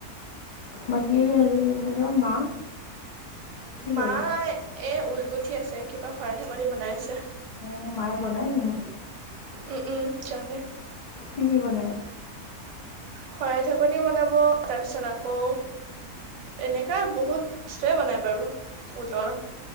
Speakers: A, on the left (about 75°); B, on the right (about 65°).
A: বাকী হেৰি কি হ মা কি
B: মায়ে
A: কৰিছে?
B: এ ঊলগুঠি আছে কিবা শৰাই ঢাকনি বনাই আছে।
A: অ' <unintelligible>
B: উম উম জানে।
A: কি কি বনাই?
B: শৰাই ঢাকনি বনাব তাৰ পিছত আকৌ এনেকা বহুত বস্তুৱে বনাই বাৰু ঊলৰ,